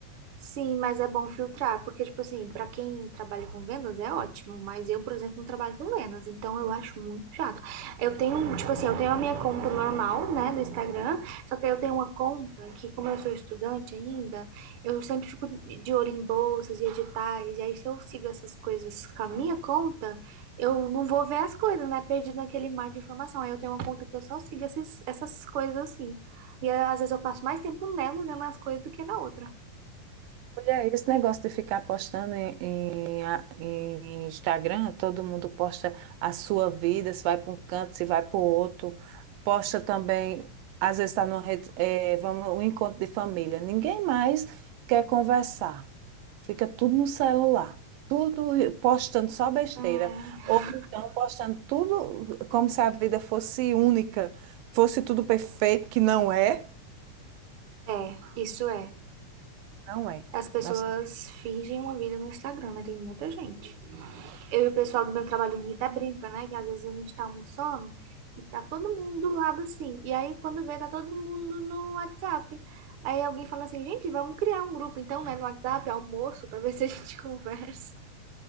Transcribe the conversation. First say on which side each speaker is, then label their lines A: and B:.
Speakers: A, on the right; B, on the right.
A: Sim, mas é bom filtrar, porque, tipo assim, pra quem trabalha com vendas é ótimo, mas eu, por exemplo, não trabalho com vendas, então eu acho muito chato. Eu tenho, tipo assim, eu tenho a minha conta normal, né, do Instagram, só que aí eu tenho uma conta que, como eu sou estudante ainda, eu sempre fico de olho em bolsas e editais, e aí se eu sigo essas coisas com a minha conta, eu não vou ver as coisas, né, perdido naquele mar de informação. Aí eu tenho uma conta que eu só sigo esses, essas coisas assim. E aí, às vezes eu passo mais tempo nela olhando as coisas do que na outra.
B: Olha, esse negócio de ficar postando em, em a- em Instagram, todo mundo posta a sua vida, se vai para um canto, se vai para o outro. Posta também, às vezes está numa rede, eh, vamos, um encontro de família. Ninguém mais quer conversar. Fica tudo no celular. Tudo postando só besteira.
A: Hum,
B: Ou então postando tudo como se a vida fosse única, fosse tudo perfeito, que não é.
A: É, isso é.
B: Não é.
A: As pessoas
B: Nossa vida.
A: fingem uma vida no Instagram, né? Tem muita gente. Eu e o pessoal do meu trabalho, a gente até brinca, né? Que às vezes a gente tá almoçando e tá todo mundo do lado assim. E aí, quando vê, tá todo mundo no WhatsApp. Aí alguém fala assim, gente, vamos criar um grupo, então, né? No WhatsApp, almoço, pra ver se a gente <laughs> conversa.